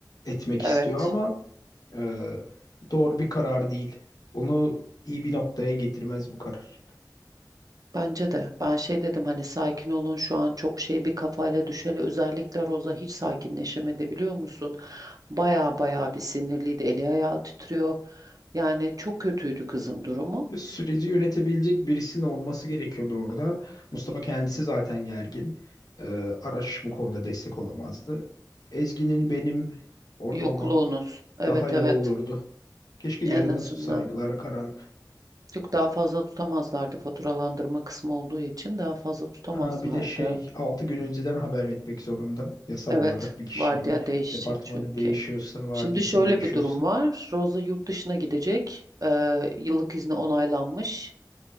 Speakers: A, on the left (about 55°); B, on the right (about 55°).
A: etmek istiyor
B: Evet
A: ama Ee, doğru bir karar değil. Onu iyi bir noktaya getirmez bu karar.
B: bence de ben şey dedim hani sakin olun şu an çok şey bir kafayla düşeli özellikle Roza hiç sakinleşemedi biliyor musun? Baya baya bir sinirliydi eli ayağı titriyor. Yani çok kötüydü kızın durumu.
A: Süreci yönetebilecek birisinin olması gerekiyordu orada. Mustafa kendisi zaten gergin. Ee, Araş bu konuda destek olamazdı. Ezgi'nin benim orada
B: Yokluğunuz
A: olmam
B: evet
A: daha iyi
B: evet
A: olurdu. Keşke
B: en
A: yarına
B: azından.
A: tutsaydılar karar.
B: Yok daha fazla tutamazlardı faturalandırma kısmı olduğu için daha fazla tutamazlardı.
A: Ha bir de şey 6 gün önceden haber etmek zorunda yasal
B: Evet,
A: olarak bir kişinin
B: vardiya değişecek
A: departmanı
B: çünkü.
A: değişiyorsa, vardiyası
B: Şimdi şöyle
A: değişiyorsa.
B: bir durum var. Rosa yurt dışına gidecek. Ee, yıllık izni onaylanmış.